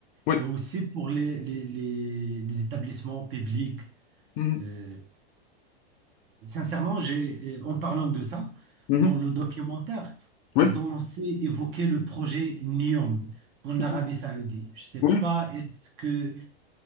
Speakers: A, on the left (about 40°); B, on the right (about 35°).
A: Oui.
B: et aussi pour les, les, les, les établissements publics.
A: Mhm.
B: Euh, sincèrement, j'ai, euh, en parlant de ça,
A: Mhm.
B: dans le documentaire,
A: Oui.
B: ils ont aussi évoqué le projet NEOM en Arabie
A: Mhm.
B: Saoudite. Je sais
A: Oui.
B: pas, est-ce que